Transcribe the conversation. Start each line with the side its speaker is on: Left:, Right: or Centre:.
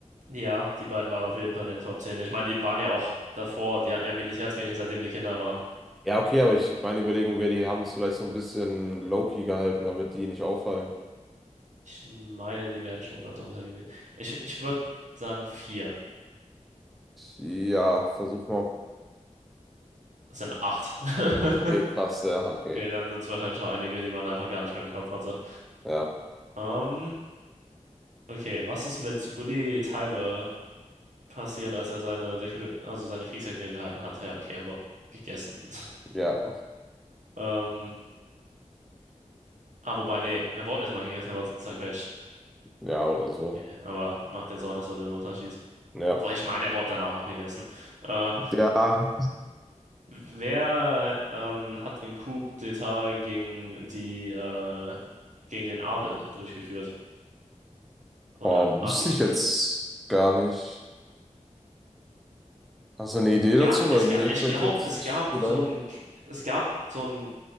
Right: Ja, die beiden waren auf jeden Fall in den Top 10. Ich meine, die waren ja auch davor, die hatten ja Militärtraining, seitdem die Kinder waren.
Centre: Ja, okay, aber ich, meine Überlegung wäre, die haben es vielleicht so ein bisschen low-key gehalten, damit die nicht auffallen.
Right: Ich meine, die wären schon darunter gewesen. Ich, ich würde sagen vier.
Centre: Ja, versuch mal.
Right: Es sind acht. <laughs>
Centre: Okay, klasse, ja, okay.
Right: Okay, dann sind es wahrscheinlich auch einige, die man einfach gar nicht mehr im Kopf hatte.
Centre: Ja,
Right: Ähm, okay, was ist mit Bully Taibe passiert, als er seine Dekla- also seine Kriegserklärung gehalten hat. Ja, okay, er wurde gegessen. <laughs>
Centre: ja,
Right: Ähm, ah, wobei, nee, er wurde nicht mal gegessen, er wurde zerquetscht.
Centre: ja, oder so.
Right: Okay, aber macht jetzt auch nicht so den Unterschied.
Centre: Ja.
Right: Aber ich meine, er wurde danach auch gegessen. Äh,
Centre: Ja,
Right: wer ähm, hat den Coup d'État gegen die äh, gegen den Adel durchgeführt oder
Centre: boah, wüsste
Right: angeführt?
Centre: ich jetzt gar nicht. Hast du eine Idee dazu?
Right: Ja, es,
Centre: Weil
Right: ga-
Centre: mir
Right: ich
Centre: fällt
Right: glaube,
Centre: jetzt
Right: es
Centre: nicht
Right: gab
Centre: viel
Right: so
Centre: ein.
Right: ein es gab so ein